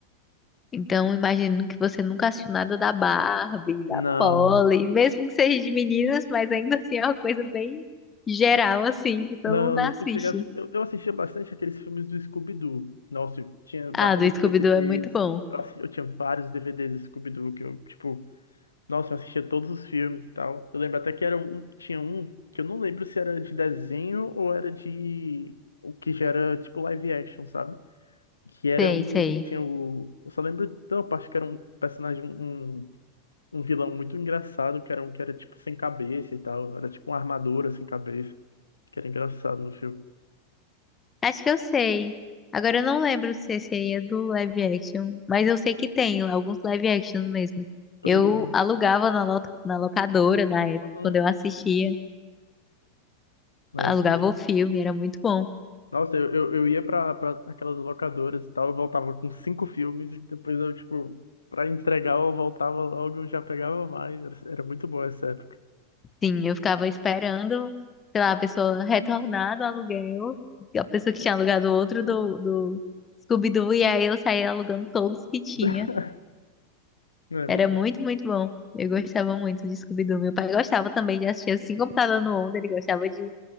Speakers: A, on the left; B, on the left.
A: Então, imagino que você nunca assistiu nada da Barbie, da
B: Não,
A: Polly, mesmo que seja de meninas, mas ainda assim é uma coisa bem geral, assim, que todo
B: Não,
A: mundo
B: nunca
A: assiste.
B: cheguei a... assi- Eu, eu assistia bastante aqueles filmes do Scooby-Doo. Nossa, eu tinha vários
A: Ah, do Scooby-Doo
B: DVDs.
A: é muito bom.
B: Eu, assi- eu tinha vários DVDs do Scooby-Doo que eu, tipo, nossa, eu assistia todos os filmes e tal. Eu lembro até que era um, tinha um que eu não lembro se era de desenho ou era de o que já era tipo live action, sabe? Que era
A: Sei,
B: um
A: sei.
B: que tinha o. Eu só lembro de uma parte que era um personagem, um, um um vilão muito engraçado, que era um que era tipo sem cabeça e tal. Era tipo uma armadura sem cabeça, que era engraçado no filme.
A: Acho que eu sei. Agora eu não lembro se seria do live action, mas eu sei que tem alguns live actions mesmo.
B: Pois
A: Eu
B: é.
A: alugava na, lo- na locadora na época,
B: Uhum.
A: quando eu assistia,
B: Eu
A: alugava
B: também.
A: o filme, era muito bom.
B: Nossa, eu, eu, eu ia pra, pra aquelas locadoras e tal, eu voltava com cinco filmes e depois eu, tipo, pra entregar eu voltava logo, eu já pegava mais. Era, era muito boa essa época.
A: Sim, eu ficava esperando, sei lá, a pessoa retornar do aluguel, a pessoa que tinha alugado outro do, do Scooby-Doo, e aí eu saía alugando todos que tinha.
B: <laughs> Não, é muito
A: Era muito,
B: bom.
A: muito bom. Eu gostava muito de Scooby-Doo. Meu pai gostava também de assistir assim, computador no Onda, ele gostava de